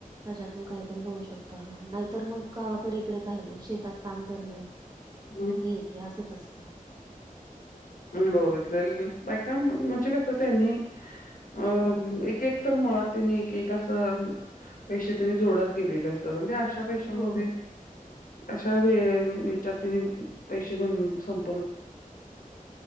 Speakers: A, on the right (about 30°); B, on the left (about 75°).
A: त्याच्यातून काहीतरी होऊ शकत, हां तर् मग इकडे काही नाही शेतात काम करणं.
B: हूम्ं.
A: ते इतिहास येते असच असतं.
B: <unintelligible> गलऐका बायका न म्हणजे कसं? होत आहे तयानी. अं एक - एक तर मुळात त्यांनी एक- एक असं. पैसे त्यांने जोडतं गेलेले असतात. आणि ते अशा पैशामध्ये.
A: हो
B: अशा वेळे तिने पैसे घेवून संपून.